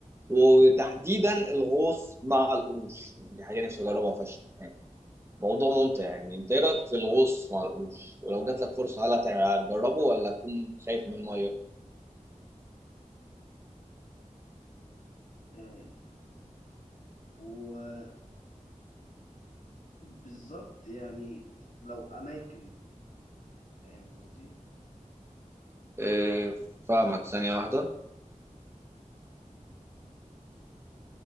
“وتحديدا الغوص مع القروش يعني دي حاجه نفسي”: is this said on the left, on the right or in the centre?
Right